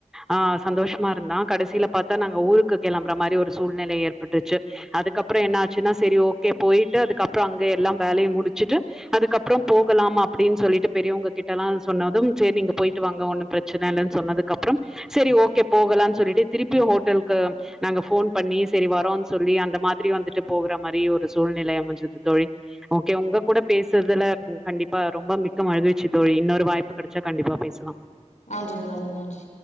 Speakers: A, in the centre; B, on the left.
A: ஆ சந்தோஷமா இருந்தா கடைசியில பாத்தா நாங்க ஊருக்கு கிளம்புற மாரி ஒரு சூழ்நிலை ஏற்பட்டுருச்சு அதுக்கப்புற என்ன ஆச்சுன்னா செரி ஓகே போயிட்டு அதுக்கப்புற அங்க எல்லாம் வேலைய முடிச்சுட்டு அதுக்கப்புறம் போகலாம் அப்டின்னு சொல்லிட்டு பெரியவங்க கிட்ட எல்லா சொன்னதும் செரி நீங்க போயிட்டு வாங்க ஒன்னும் பிர ச்சனை இல்ன்னு சொன்னதுக்கு அப்புறம் செரி ஓகே போகலானு சொல்லிட்டு திருப்பியு ஹோட்டலுக்கு நாங்க ஃபோன் பண்ணி சரி வரோன்னனு சொல்லி அந்த மாதிரி வந்துட்டு போகற மாரி ஒரு சூழ்நிலைய அமைஞ்சது தோழி ஓகே உங்க கூட பேசுறதுல கண்டிப்பா ரொம்ப மிக்க மகிழ்ச்சி தோழி இன்னொரு வாய்ப்பு கிடைச்சா கண்டிப்பா பேசலா
B: நன்றி தோழி நன்றி